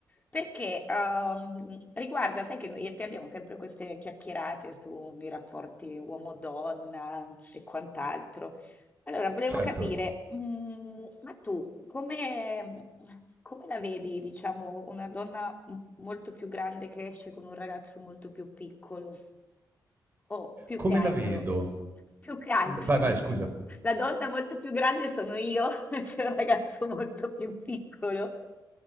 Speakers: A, on the left (about 20°); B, on the right (about 30°).
A: perché ehm, riguarda, sai che noi e te abbiamo sempre queste chiacchierate sui rapporti uomo-donna e quant'altro. Allora, volevo
B: Certo.
A: capire, mm, ma tu come, come la vedi, diciamo, una donna m- molto più grande che esce con un ragazzo molto più piccolo? O più
B: Come
A: che altro,
B: la vedo?
A: più che altro,
B: N vai,
A: <laughs>
B: vai scusa.
A: la donna molto più grande sono io, <laughs> c'è un ragazzo molto più piccolo,